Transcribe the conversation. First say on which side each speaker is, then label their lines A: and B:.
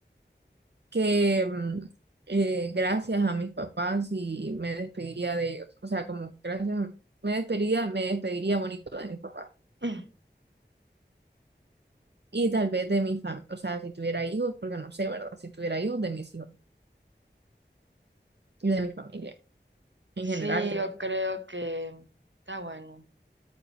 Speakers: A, on the right; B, on the right.
A: que mm, eh, gracias a mis papás y me despediría de ellos. O sea, como gracias, a- me despediría, me despediría bonito de mis papás.
B: <clears throat>
A: Y tal vez de mi familia. O sea, si tuviera hijos, porque no sé, ¿verdad? Si tuviera hijos, de mis hijos y de mi familia. En
B: sí,
A: general, creo.
B: yo creo que... Está bueno.